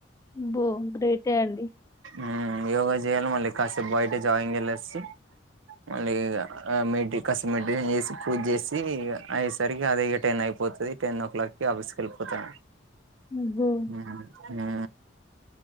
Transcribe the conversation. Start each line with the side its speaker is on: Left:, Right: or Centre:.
Left: బ్బో గ్రేటే అండి
Right: ఊ యోగ జేయాలి మళ్ళీ కాసేప్ బయట జాగింగ్ ఎల్లేసి మళ్లీ గ అ మీటి క్కసి మెడిటేషన్ చేసి పూజ్ చేసి ఇగ అయేసరి అదే ఇగ టెన్ అయిపోతది టెన్ ఓ క్లాక్ కి ఆవస్ కెళ్ళిపోతా
Left: అబ్బో
Right: ఉహ్ ఊ